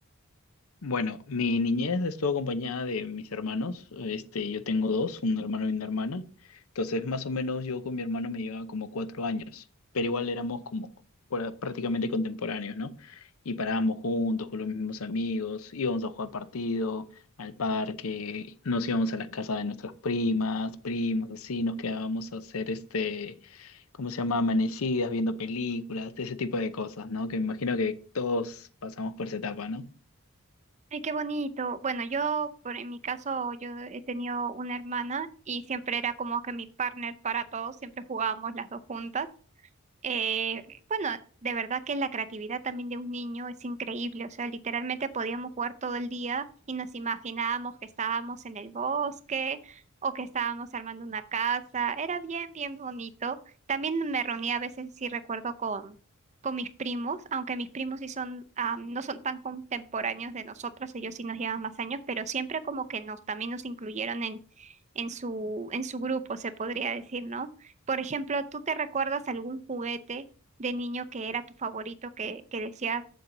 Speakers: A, on the left; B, on the right.
A: Bueno, mi niñez estuvo acompañada de mis hermanos. Este, yo tengo dos, un hermano y una hermana. Entonces, más o menos yo con mi hermano me llevaba como cuatro años, pero igual éramos como por- prácticamente contemporáneos, ¿no? Y parábamos juntos con los mismos amigos, íbamos a jugar partido, al parque, nos íbamos a las casas de nuestras primas, primos, así, nos quedábamos a hacer este, ¿cómo se llama? Amanecidas, viendo películas, ese tipo de cosas, ¿no? Que me imagino que todos pasamos por esa etapa, ¿no?
B: Ay, qué bonito. Bueno, yo, por, en mi caso, yo he tenido una hermana y siempre era como que mi partner para todos, siempre jugábamos las dos juntas. Eh, bueno, de verdad que la creatividad también de un niño es increíble, o sea, literalmente podíamos jugar todo el día y nos imaginábamos que estábamos en el bosque o que estábamos armando una casa, era bien, bien bonito. También me reunía a veces, sí recuerdo, con, con mis primos, aunque mis primos sí son, ah, no son tan contemporáneos de nosotros, ellos sí nos llevan más años, pero siempre como que nos, también nos incluyeron en, en su, en su grupo, se podría decir, ¿no? Por ejemplo, ¿tú te recuerdas algún juguete de niño que era tu favorito que, que decías,